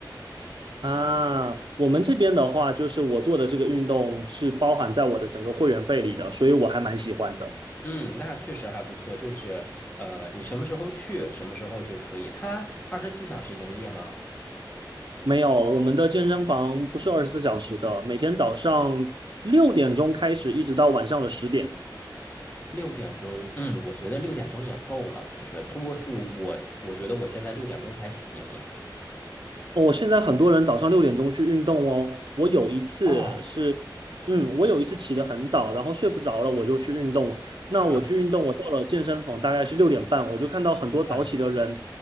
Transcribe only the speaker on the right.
啊，我们这边的话，就是我做的这个运动是包含在我的整个会员费里的，所以我还蛮喜欢的。
没有，我们的健身房不是二十四小时的，每天早上六点钟开始，一直到晚上的十点。
哦，现在很多人早上六点钟去运动哦。我有一次是，
嗯，我有一次起得很早，然后睡不着了，我就去运动。那我去运动，
我到了健身房大概是六点半，我就看到很多早起的人